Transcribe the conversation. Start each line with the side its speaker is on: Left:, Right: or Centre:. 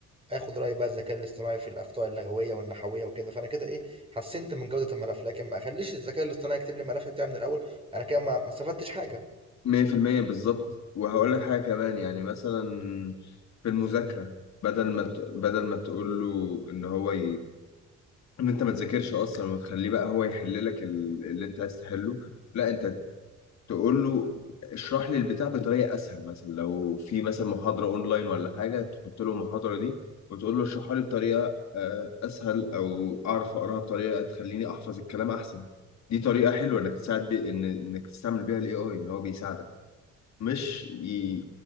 Right: اخد راي بقى الذكاء الاصطناعي في الاخطاء اللغويه والنحويه وكده فانا كده ايه حسنت من جوده الملف لكن ما اخليش الذكاء الاصطناعي يكتب لي الملف بتاعي من الاول انا كده ما ما استفدتش حاجه
Left: 100% بالظبط وهقول لك حاجة كمان يعني مثلا في المذاكرة بدل ما ت- بدل ما تقول له ان هو ي... ان انت ما تذاكرش اصلا وتخليه بقى هو يحل لك ال- اللي انت عايز تحله لا انت تقول له اشرح لي البتاع بطريقه اسهل مثلا لو في مثلا محاضره اونلاين ولا حاجه تحط له المحاضره دي وتقول له اشرحها لي بطريقه آه، اسهل او اعرف اقراها بطريقه تخليني احفظ الكلام احسن دي طريقه حلوه انك تساعد بي ان انك تستعمل بيها الاي اي ان هو بيساعدك مش ي...